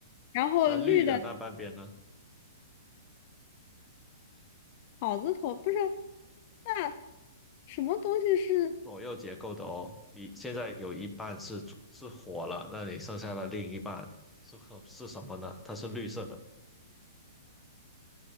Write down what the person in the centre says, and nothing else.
那绿的那半边呢？
左右结构的哦，你现在有一半是左是火了，那你剩下的另一半是什是什么呢？它是绿色的。